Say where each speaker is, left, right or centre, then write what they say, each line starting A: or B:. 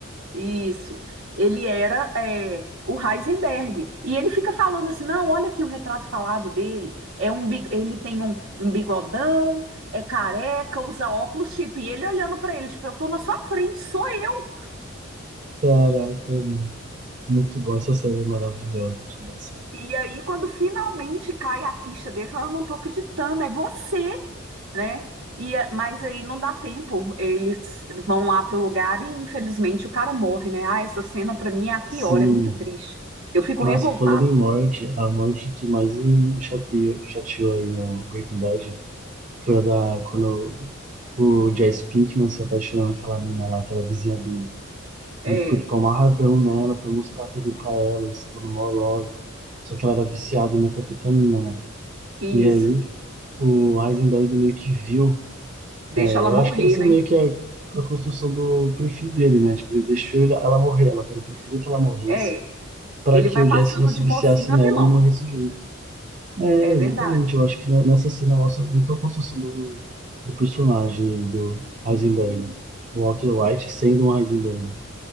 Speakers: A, on the right; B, on the right.
A: Isso. Ele era é, o Heisenberg. E ele fica falando assim: não, olha aqui o retrato falado dele. É um, bi- ele tem um, um bigodão, é careca, usa óculos chip. E ele olhando pra ele, tipo, eu tô na sua frente, sou eu.
B: Caraca, mano. muito bom essa série é maravilhosa, engraçada.
A: E aí, quando finalmente cai a ficha dele, fala: eu não tô acreditando, é você, né? E, é, mas aí não dá tempo. Eles vão lá pro lugar e, infelizmente, o cara morre, né? Ah, essa cena pra mim é a pior,
B: Sim,
A: é muito triste. Eu fico
B: nossa,
A: revoltada.
B: falando em morte, a morte que mais me chateou, chateou aí no Breaking Bad foi a da quando o Jesse Pinkman se apaixonou naquela mina lá, aquela vizinha dele.
A: É.
B: Ele ficou tipo amarradão nela, foi mostrar a TV pra ela, eles estavam no maior logo. Só que ela era viciada em metafetamina, né?
A: Isso,
B: E aí o Heisenberg meio que viu
A: deixa
B: É,
A: ela
B: eu
A: morrer,
B: acho que essa
A: né?
B: é meio que a, a construção do perfil dele, né? Acho que ele deixou ele- ela morrer, ela, ele preferiu que ela morresse
A: É,
B: para
A: ele
B: que
A: vai
B: o
A: passando
B: Jesse não se
A: de
B: viciasse
A: mocinho
B: nela
A: a vilão,
B: e não morresse junto. É,
A: é verdade.
B: exatamente. Eu acho que ne- nessa cena mostra muito a construção do, do personagem aí, do Heisenberg. O Walter White sendo um Heisenberg.